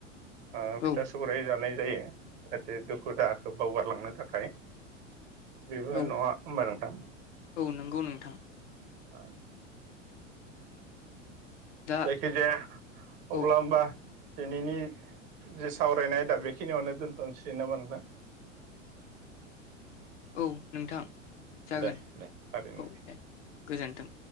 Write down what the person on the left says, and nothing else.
औ
औ
औ नंगौ नोंथां
दा
औ
औ नोंथां जागोन
औ दे गोजोनथों।